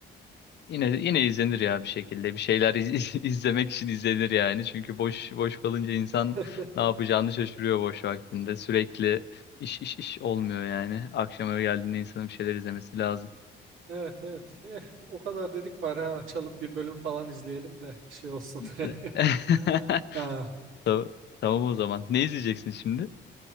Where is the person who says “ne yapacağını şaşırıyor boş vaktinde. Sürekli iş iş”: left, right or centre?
Left